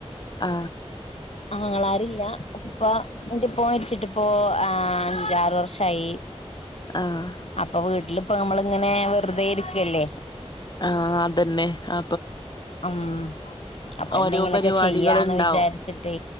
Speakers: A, on the left; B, on the left.
A: ആ
B: ആങ്ങളാരില്ല ഉപ്പ എന്റെ ഇപ്പോൻ മരിച്ചിട്ടിപ്പോ ആ അഞ്ചാറ് വർഷയി
A: ആഹ്
B: അപ്പൊ വീട്ടിലിപ്പം നമ്മള ഇങ്ങനെ വെറുതെ ഇരിക്കല്ലേ?
A: ആ അതന്നെ ആ
B: ഉം അപ്പൊ
A: ഓരോ
B: എന്തെങ്കിലുമൊക്കെ
A: പരിപാടികൾ
B: ചെയ്യാന്ന്
A: ഇണ്ടാവും
B: വിചാരിച്ചിട്ടേ